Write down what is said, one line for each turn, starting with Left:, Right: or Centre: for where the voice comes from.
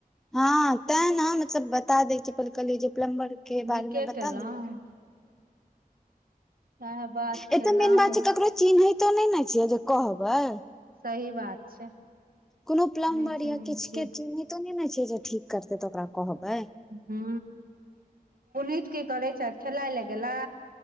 Centre: हँ ते ने मतलब बता दै छी फेर कहली प्लम्बर के
Right: नीके
Centre: बारे मे बता
Right: केलहुँ
Centre: देल
Right: सएह बात
Centre: ए
Right: केलहुँ
Centre: त मेन बात छै ककरो चिन्हितो नय न छिय जे कहबै
Right: सही बात छै
Centre: कोनो प्लम्बर
Right: नहि चिन्है
Centre: या किछ
Right: छी
Centre: के चनातो नय ने छै जे ठीक करतै त ओकरा कहबै
Right: हु पुनत की करै छ खेलाय लए गेला